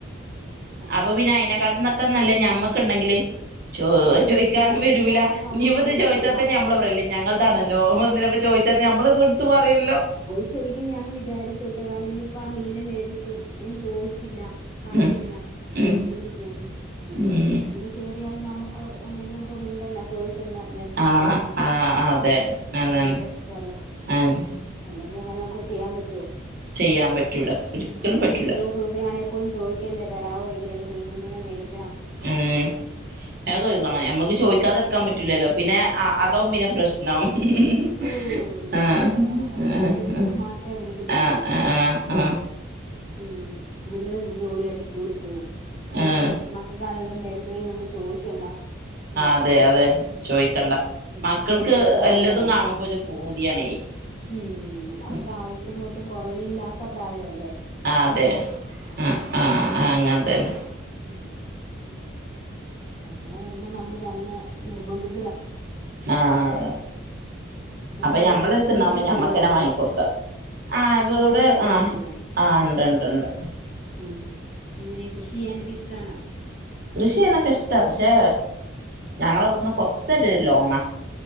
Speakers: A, on the left; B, on the right.
A: ആ
B: അപ്പൊ പിന്നെ അയനക്കാട്ന്നൊക്കെ നല്ലേ ഞമ്മക്കുണ്ടെങ്കില് ചോ ചോദിക്കാനും
A: ചോദിക്കാതെ
B: വരൂല
A: നമുക്ക്
B: ഇ ഇപ്പതന്നെ ചോദിച്ചാൽ
A: ചെലവാക്ക
B: തന്നെ നമ്മള് പറല്ലേ ഞങ്ങൾ ണല്ലോ എന്തിന ചോച്ചാ നമ്മ എടുത്ത് പറയോ
A: അത് ശരിക്കും ഞാൻ വിചാരിച്ചുട്ടു കാരണം ഇന്നിപ്പോ ആ മീനെ മേടിച്ചു ഞാൻ ചോദിച്ചില്ല പറഞ്ഞില്ല
B: ഉം ഉം
A: മേടിച്ചോണ്ട് പോന്നു
B: ഉം
A: അപ്പ എന്തിന് കേറിവരണം നമുക്ക് ഉണ്ടെങ്കിൽ നമുക്ക് മിണ്ടണ്ട ചോദിക്ക ണ്ട മേടിച്ചൊണ്ട്
B: ആഹ്
A: പോരാ
B: ആഹ് അതെ അതാണ്
A: നമ്മുടെ ഇഷ്ടല്ലേ
B: ആഹ്
A: ഇല്ലെങ്കിൽ നമ്മക്ക് അങ്ങനെ ചെയ്യാൻ പറ്റോ
B: ചെയ്യാൻ പറ്റൂല ഒരിക്കലും
A: ഒരു
B: പറ്റൂല
A: ഇരുന്നൂറ്‌ രൂപയ ആണെപ്പോലും ചോദിക്കേണ്ട തരാമോ എനി രണ്ട്മീൻ കുഞ്ഞുങ്ങളെ മേടിക്ക
B: ഉം അത്ചോയ്ക്കണ ഞമ്മക്ക് ചോദിക്കാതിരിക്കാൻ പറ്റൂലല്ലോ പിന്നെ ആ അതാവും പിന്നെ പ്രശ്നം ആ
A: ഉം
B: ആ
A: അതാ
B: ആ
A: പ്രശ്നം അത്
B: ആ
A: വലിയൊരു മാറ്റമായിട്ട്
B: ആഹ്
A: എനിക്ക് തോന്നി കേട്ടോ
B: ആഹ് ആ
A: ഉം നിങ്ങള് ജോളിയായിട്ട് സ്കൂളിൽ പോവും നമുക്ക്
B: ആഹ്
A: മക്ക കാണ മേടിക്കണെങ്കിൽ നമ്മൾ ചോദിക്കേണ്ട മേടച്ചുകൊടുക്ക
B: അതെ അതെ ചോയിക്കണ്ട
A: ഉം
B: മക്കൾക്ക്
A: ഒരു ബർത്ത്ഡേ
B: എല്ലതും
A: വന്നോ
B: കാണുമ്പോ ഒരു പൂതിയാണേ
A: ഉം അവർക്ക്
B: ഉം
A: ആവശ്യങ്ങളൊട്ടും കുറവല്ലാത്ത പ്രായം അല്ലേ
B: ആ അതെ ആ ആ അങ്ങനെ തന്നെ
A: ഉം അപ്പൊ അങ്ങനെ വരുമ്പോ നമ്മൾ തന്നെ നിർബന്ധി
B: ആ അത
A: ഉം എങ്ങനെ
B: അപ്പൊ ഞമ്മള
A: കൃഷിഭൂമിയൊക്കെ
B: അടുത്ത്ണ്ടാവകുമ്പോ ഞമ്മക്കനെ
A: ഉണ്ടോ അവിടെ
B: വാങ്ങിക്കൊടുക്കാം ആ
A: കൃഷിഭൂമിയൊക്കെ
B: ഇ ഇവിടെ ആ
A: ഉണ്ടോ അവിടെ
B: ആ് ഉണ്ട്ണ്ട് ഇണ്ട്
A: <unintelligible> എങ്ങനെ കൃഷി ചെയ്യാനൊക്കെ ഇഷ്ടാണോ
B: കൃഷിയാനൊക്കെ ഇഷ്ടാ പക്ഷെ ഞങ്ങള ഇവിടുന്ന് കൊറച്ചരു ലോങ്ങാ